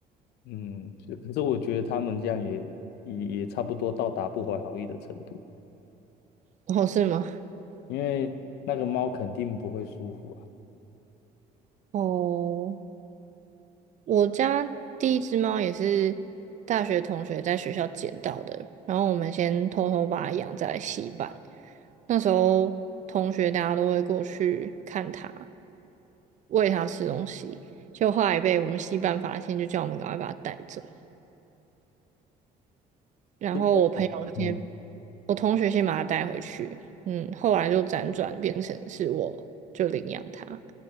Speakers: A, on the left (about 80°); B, on the right (about 45°).
A: 嗯，就可是我觉得他们这样也也也差不多到达不怀好意的程度，
B: 哦，是吗？
A: 因为那个猫肯定不会舒服啊。
B: 哦，我家第一只猫也是大学同学在学校捡到的，然后我们先偷偷把它养在戏班。那时候同学大家都会过去看它，喂它吃东西，就后来被我们戏班发现，就叫我们赶快把它带走。然后我朋友先，
A: 是因为嗯
B: 我同学先把它带回去，嗯，后来就辗转变成是我就领养它。